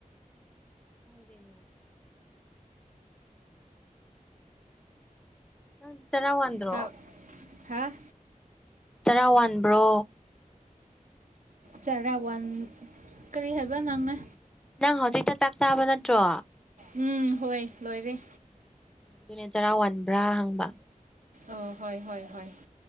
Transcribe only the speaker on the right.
ꯇꯥꯎ ꯍꯥ
ꯆꯥꯔꯥ ꯋꯥꯟ ꯀꯔꯤ ꯍꯥꯏꯕ ꯅꯪꯅ
ꯎꯝ ꯍꯣꯏ ꯂꯣꯏꯔꯦ
ꯑꫭ ꯍꯣꯏ ꯍꯣꯏ ꯍꯣꯏ